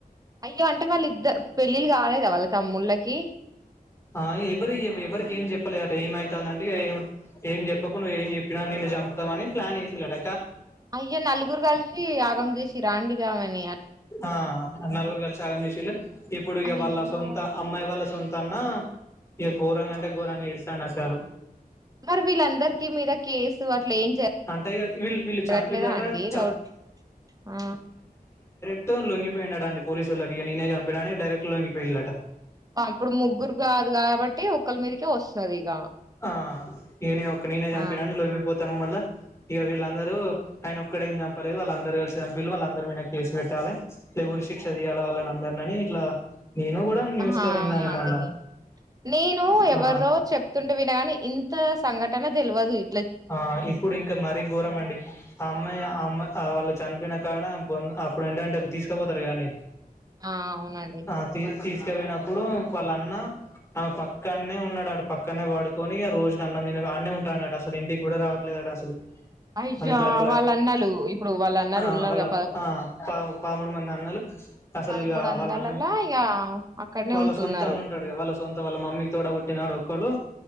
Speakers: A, on the right (about 25°); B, on the left (about 20°).
A: అయ్యో అంటే వాళ్ళ ఇద్దరు పెళ్ళిళ్ళ కాలేద వాళ్ళ తమ్ముళ్ళకి
B: ఆ ఎవరి ఎవరికి ఏం చెప్పలే అట ఏమవుతుందంటే ఏ ఏం చెప్పకు నువ్వు ఏం చెప్పినా నన్నను చంపుతాం అని ప్లాన్ చేసలాట
A: అయ్య నలుగురు కలిసి ఆగం చేసి రారాండిగావని
B: ఆ నాలుగురు కలిసి ఆగం చేసిళ్ళు ఇప్పుడు
A: అయ్యో
B: వాళ్ళ సొంత అమ్మాయి వాళ్ల సొంత తన్నా ఇ ఘోరంగ అంటే ఘరంగా ఏడుస్తాను సారు
A: మరి వీళ్ళందరిక మీద కేసు అట్లా ఏం జరగట్లేదా
B: అంటే ఇక వీళ్ళు వీళ్ళు చంపిల్లట
A: అండి
B: చ
A: రోడ్ ఆ
B: మొత్తం లొంగిపోయినడండి పోలీసులకి నీనే చంపినడా డైరెక్ట్ లొంగిపోయిల్లట
A: అప్పుడు ముగ్గురు కాదు కాబట్ టే ఒకలి మీదకే వస్తుదిగ
B: ఆ నేను ఒక నేనే చంపినాను
A: ఆహా
B: లొంగిపోతాను మళ్ల ఇగ వీళ్ళందరూ ఆయన ఒక్కడేం చంపలేదు. వాళ్ళందరు కలిసి చంపిల్లు వాళ్ళందరి మీన కేసు పెట్టాలే ఉరి శిక్ష తీయాల వాళ్ళని అందర్ననీ ఇట్లా నేను కూడా న్యూస్
A: హా
B: లో విన్నాను
A: అవునండి
B: మొన్న
A: నేను
B: ఆ
A: ఎవరిదో చెప్తుంటే వినగాని ఇంత సంఘటన తెల్వదు ఇ
B: ఆ ఇప్పుడు ఇంకా మరీ ఘోరం అండి ఆ అమ్మాయి ఆ అమ్మాయ్ ఆ వాళ్ళు చనిపోయిన కాడ అప్పుడు ఏంటంటే తీసుకుపోతరు కాండీ
A: ఆ అవునండి
B: ఆ తీ తీస్కపోయినప్పుడు వాళ్ళ అన్న ఆమె పక్కనే ఉన్నాడాడు పక్కనే వాడుకొని రోజు అన్నం తిన అన్న ఉంటాడుట ఇ కూడా రావట్లేదు అసలు
A: అయ్యా
B: అంతా అట్లా
A: వాళ్ళన్నలు ఇప్పుడు వాళ్ళన్నారు
B: ఆ
A: ఉన్నారుగా
B: వాళ్ళ
A: పదకొ
B: పా పామూడు మంది అన్నలు అసలు
A: పదమూడు
B: ఇ
A: వందలలా
B: వాళ్ళ అన్నం
A: ఇగ అక్కడనే
B: వాళ్ళ
A: ఉంటున్నారు
B: సొంత అన్ను ఉంటాడు వాళ్ళ సొంత వాళ్ళ మమ్మీకి తో పుట్టినడు క్కడు